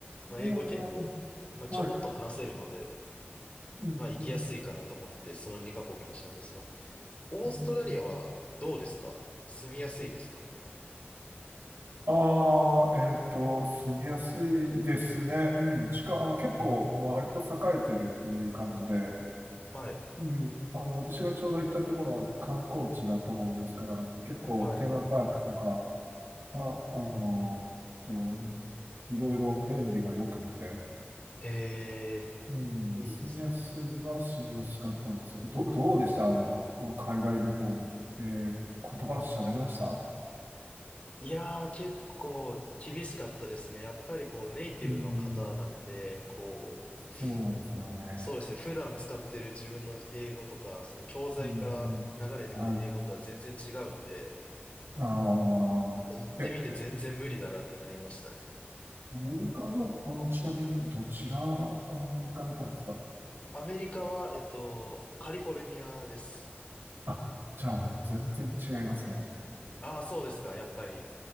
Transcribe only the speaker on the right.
えー、
はい。
うん、
うん、
うん。ああ、えっと、住みやすいですね。うん、近、あの、結構割と栄えてるっていう感じで、
うん、あの、私がちょうど行ったところは観光地だったもんですから、結構テーマパークとか、
あ、あの、と、いろいろ便利が良くて、
うん、
住みやすいは住みやすかったんですよ。ど、どうでしたあの、海外旅行に。えー言葉喋れました
うん、
そうですよね。
うんうんあ、あーえ、
アメリカの、あの、ちなみに、どちらに行かれたんですか
あ、じゃあもう全然違いますね。